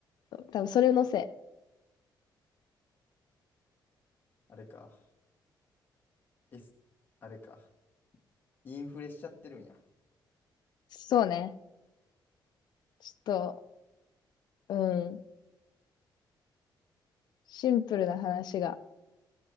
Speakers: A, on the left; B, on the left.
A: そう、多分それのせい。
B: あれか。S、あれか。インフレしちゃってるんや。
A: そうね。ちょっと、うん、シンプルな話が、